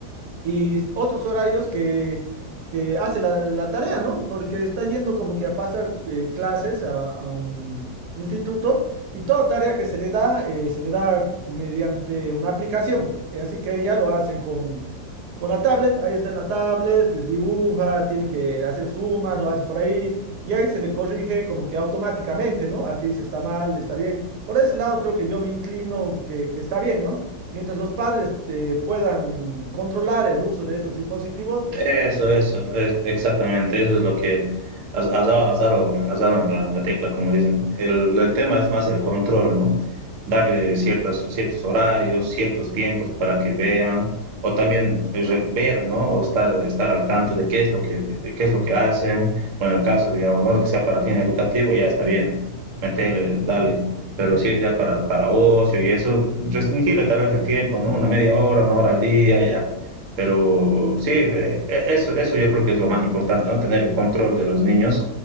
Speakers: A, on the right; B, on the right.
A: y otros horarios que, que hace la, la tarea, ¿no? Porque está yendo como que a pasar eh, clases a, a un instituto y toda tarea que se le da, eh, se le da mediante una aplicación. Eh, Así que ella lo hace con, con la tablet, ahí está en la tablet, dibuja, tiene que hacer sumas, lo hace por ahí y ahí se le corrige como que automáticamente, ¿no? Aquí dice está mal, está bien. Por ese lado creo que yo me inclino que, que está bien, ¿no? Mientras los padres eh, puedan controlar el uso de estos dispositivos.
B: Eso, eso, es- exactamente, eso es lo que has, has dado, has dado- has dado en la, la tecla, como dicen. El, el tema es más el control, ¿no? Darle ciertas, ciertos horarios, ciertos tiempos para que vean, o también eh, re- ver, ¿no? O estar, estar al tanto de qué es lo que, qué es lo que hacen, o en el caso, digamos, ¿no? Que sea para fin educativo, ya está bien, metele, dale. Pero si es ya para, para ocio y eso, restringirle tal vez el tiempo, ¿no? Una media hora, una hora al día, ya pero sí, eh, eso, eso yo creo que es lo más importante, ¿no? Tener el control de los niños